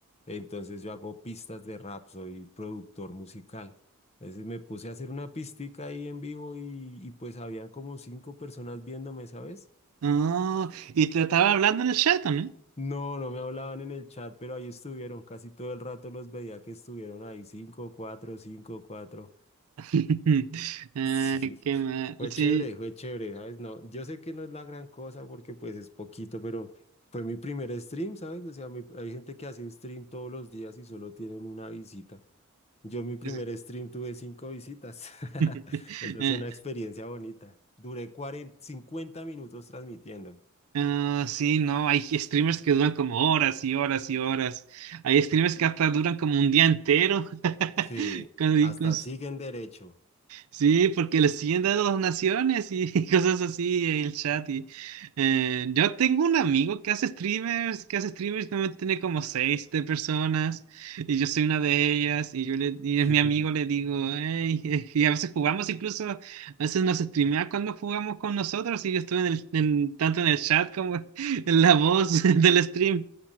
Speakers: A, on the left; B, on the right.
A: Entonces yo hago pistas de rap, soy productor musical. Entonces me puse a hacer una pistica ahí en vivo y, y pues habían como cinco personas viéndome, ¿sabes?
B: Oh, y te estaba hablando en el chat, ¿no?
A: No, no me hablaban en el chat, pero ahí estuvieron. Casi todo el rato los veía que estuvieron ahí. Cinco, cuatro, cinco, cuatro. <laughs>
B: <laughs> Ay,
A: Sí,
B: qué mal.
A: fue
B: Sí.
A: chévere, fue chévere, ¿sabes? No, yo sé que no es la gran cosa porque pues es poquito, pero fue mi primer stream, ¿sabes? O sea, mi- hay gente que hace stream todos los días y solo tienen una visita. Yo mi primer
B: es-
A: stream tuve cinco visitas. <laughs>
B: <laughs>
A: Esa
B: eh,
A: es una experiencia bonita. Duré cuarenta, cincuenta minutos transmitiendo.
B: ah, sí, no, hay streamers que duran como horas y horas y horas. Hay streamers que hasta duran como un día entero <laughs>
A: Sí,
B: con,
A: hasta
B: con
A: siguen derecho.
B: Sí, porque le siguen dando donaciones y <laughs> cosas así en el chat. Y, eh, yo tengo un amigo que hace streamers, que hace streamers que tiene como seis de personas y yo soy una de ellas y yo le, y
A: <laughs>
B: es mi amigo, le digo, "Ey", <laughs> y a veces jugamos incluso, a veces nos streamea cuando jugamos con nosotros y yo estuve en el, en- tanto en el chat como <laughs> en la voz <laughs> del stream.